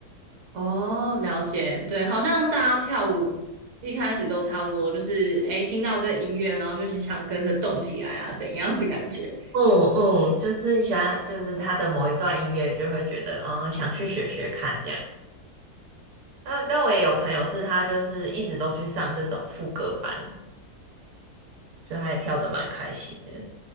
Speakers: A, on the right (about 55°); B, on the right (about 75°).
A: 哦，了解，对，好像大家跳舞一开始都差不多，就是诶，听到这个音乐，然后就是想跟着动起来啊，怎样的感觉？
B: 嗯嗯，就是你喜欢，就是他的某一段音乐就会觉得，嗯，想去学学看这样。但但我也有朋友是他就是一直都去上这种副歌班，就他也跳的蛮开心的。